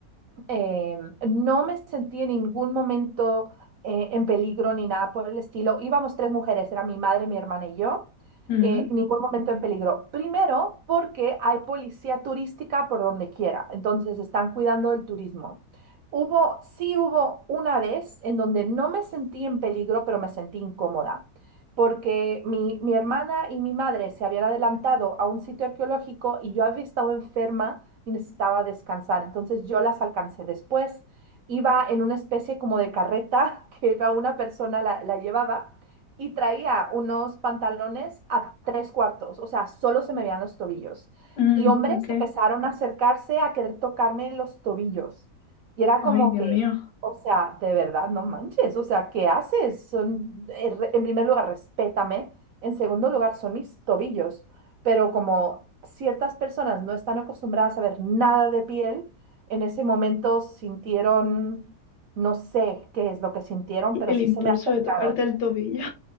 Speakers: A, on the right; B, on the left.
A: Eh, no me sentí en ningún momento eh, en peligro ni nada por el estilo. Íbamos tres mujeres, era mi madre, mi hermana y yo.
B: mm,
A: Eh, ningún momento en peligro. Primero, porque hay policía turística por donde quiera, entonces están cuidando el turismo. Hubo, sí hubo una vez en donde no me sentí en peligro, pero me sentí incómoda, porque mi, mi hermana y mi madre se habían adelantado a un sitio arqueológico y yo había estado enferma y necesitaba descansar. Entonces yo las alcancé después. Iba en una especie como de carreta <laughs> que iba una persona, la, la llevaba y traía unos pantalones a tres cuartos, o sea, solo se me veían los tobillos.
B: mm,
A: Y hombres
B: ok.
A: empezaron a acercarse a querer tocarme los tobillos. Y era
B: Ay,
A: como
B: Dios
A: que,
B: mío.
A: o sea, de verdad, no manches, o sea, ¿qué haces? Son, eh, re- en primer lugar, respétame. En segundo lugar, son mis tobillos pero como ciertas personas no están acostumbradas a ver nada de piel, en ese momento sintieron, no sé qué es lo que sintieron, pero
B: El
A: sí
B: impulso
A: se me acercaron.
B: de tocarte el tobillo.